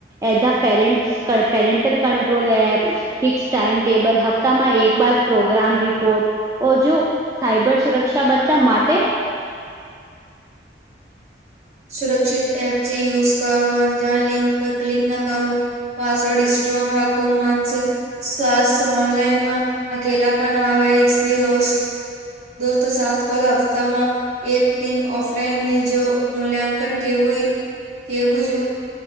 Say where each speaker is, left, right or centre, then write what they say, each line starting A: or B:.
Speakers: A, on the right; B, on the right.
A: as parent parental control app fix time table હપ્તામાં એક બર પ્રોગ્રામ રિ કોટ ઓ જો સાયબર સુરક્ષા બચ્ચા માટે
B: સુરક્ષિત એપ જે યુઝ કરો અણજાણ લિંક પર ક્લિક ન કરો. પાસવર્ડ સ્ટ્રોંગ રાખો માનસિક શાસ ઓનલાઈનમાં અકેલા પણ આવે ઇલી દોસ દોસ્તો સાત કલ હફતામાં એક દિન ઓફલાઈન મિલજો. મૂલ્યાંકન કેવું-કેવું જો